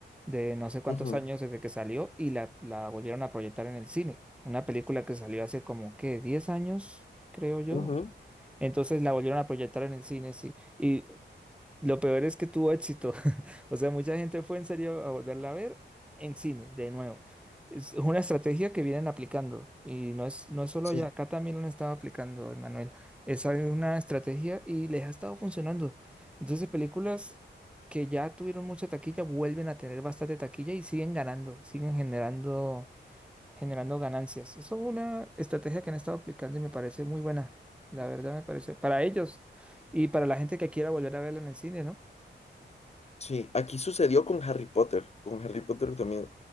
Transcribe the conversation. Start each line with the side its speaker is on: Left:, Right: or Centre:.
Centre: de no sé cuántos
Left: Ujú,
Centre: años desde que salió y la, la volvieron a proyectar en el cine. Una película que salió hace como, ¿qué? diez años, creo yo.
Left: ujú,
Centre: Entonces la volvieron a proyectar en el cine, sí. Y lo peor es que tuvo éxito. <laughs> O sea, mucha gente fue en serio a volverla a ver en cine, de nuevo. Es una estrategia que vienen aplicando. Y no es, no es solo
Left: sí.
Centre: allá, acá también lo han estado aplicando, Emanuel. Esa es una estrategia y les ha estado funcionando. Entonces, películas que ya tuvieron mucha taquilla vuelven a tener bastante taquilla y siguen ganando, siguen generando, generando ganancias. Eso es una estrategia que han estado aplicando y me parece muy buena. La verdad me parece, para ellos y para la gente que quiera volver a verla en el cine, ¿no?
Left: Sí, aquí sucedió con Harry Potter. Con Harry Potter también